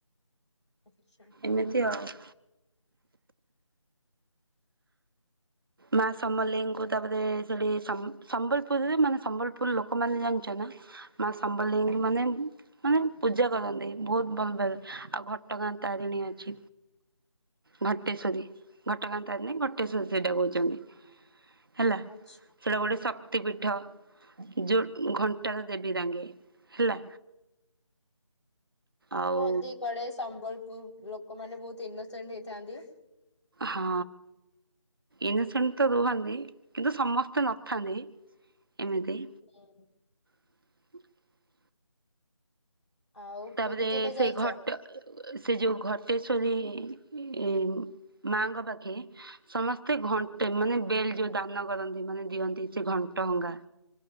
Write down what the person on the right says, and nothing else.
ଏମିତି ଆଉ। <inaudible> ମା ସମଲେଇଙ୍କୁ ତାପରେ ସେଠି ସମ୍ବଲପୁରରେ ମାନେ ସମ୍ବଲପୁର ଲୋକମାନେ ଜାଣିଛ ନା ମା ସମଲେଇଙ୍କୁ ମାନେ ମାନେ ପୂଜା କରନ୍ତି ବହୁତ ଭଲ ଭାବେ ଆଉ ଘଟଗାଁ ତାରିଣୀ ଅଛି ଘଟେଶ୍ଵରୀ ଘଟଗାଁ ତାରିଣୀ ଘଂଟେଶ୍ୱରୀ ସେଇଟା କହୁଛି। ହୁଚନ୍ତି। ହେଲା
ସେଇଟା ଗୋଟେ ଶକ୍ତିପୀଠ ଯୋଘଣ୍ଟାରେ ଦେବି ଦାଙ୍ଗେ ହେଲା। ଆଉ
ହଁ ଇନୋସେଣ୍ଟ ତ ରୁହନ୍ତି କିନ୍ତୁ ସମସ୍ତେ ନଥାନ୍ତି ଏମିତି।
<inaudible>
ତାପରେ
ସେଇ
ଘଟ ସେ ଯୋଉ ଘଟେଶ୍ୱରୀ ଏ ମାଙ୍କ ପାଖ ପାଖେ ସମସ୍ତେ
ଘଣ୍ଟେ ମାନେ ବେଲ ଯୋଉ ଦାନ କରନ୍ତି ମାନେ ଦିଅନ୍ତି ସେ ଘଣ୍ଟ ଗାଁ